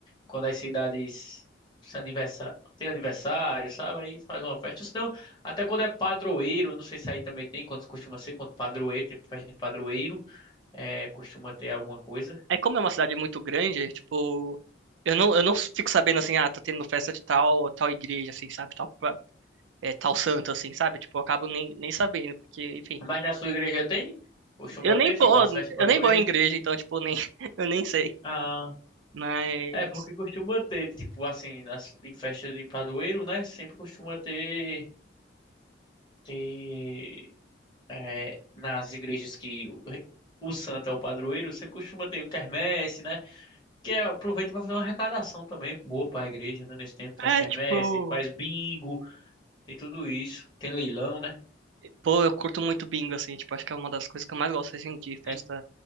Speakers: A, on the left; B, on the right.
A: quando as cidades se aniversa- tem aniversário, sabe? Aí faz uma festa. Ou Senão, até quando é padroeiro, não sei se aí também tem, quando costuma ser, quando padroeiro, tem festa de padroeiro, é, costuma ter alguma coisa.
B: é como é uma cidade muito grande, tipo... Eu não, eu não fico sabendo, assim, ah, tá tendo festa de tal, tal igreja, assim, sabe? Tal, pa- é, tal santo, assim, sabe? Tipo, eu acabo nem, nem sabendo, porque, enfim...
A: Mas na sua igreja tem? Costuma
B: Eu nem
A: ter,
B: vou,
A: tipo, as festas de padroeiro?
B: eu nem vou em igreja, então, tipo, nem, <laughs> eu nem sei.
A: Ah,
B: Mas...
A: é, porque costuma ter, tipo, assim, nas, em festas de padroeiro, né? Sempre costuma ter, ter, é, nas igrejas que o, o santo é o padroeiro, sempre costuma ter o quermesse, né? Que é, aproveita pra fazer uma arrecadação também boa pra igreja, né? Nesse tempo faz
B: É,
A: quermesse,
B: tipo...
A: faz bingo, tem tudo isso. Tem leilão, né?
B: Pô, eu curto muito bingo, assim, tipo, acho que é uma das coisas que eu mais gosto, assim, de festa
A: Hum,